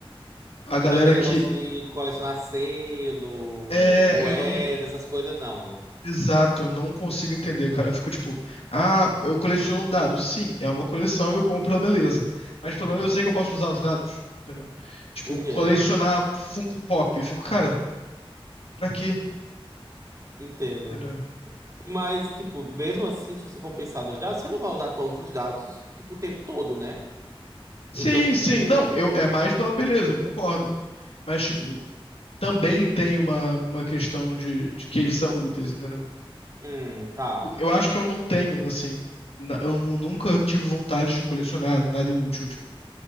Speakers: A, on the left; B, on the right.
A: a galera
B: Então aquele
A: que.
B: negócio de colecionar selo,
A: É,
B: moeda,
A: eu não. en-
B: essas coisas, não.
A: Exato, eu não consigo entender, cara. Eu fico tipo, ah, eu coleciono dados. Sim, é uma coleção, eu compro a beleza. Mas
B: Uhum.
A: pelo menos eu sei que eu posso usar os dados, entendeu? Tipo,
B: Entendo.
A: colecionar Funko Pop. Eu fico, cara. Pra quê?
B: Entendo.
A: Entendeu?
B: Mas, tipo, mesmo assim, se você for pensar nos dados, você não vai usar todos os dados, tipo, o tempo todo, né?
A: Sim,
B: Então, tipo.
A: sim. Não, eu, é mais pela beleza, eu concordo. Mas, tipo, também tem uma, uma questão de, de que eles são úteis, entendeu?
B: Hum, tá.
A: Eu acho que eu não tenho, assim. na- eu nu- nunca tive vontade de colecionar nada inútil, tipo.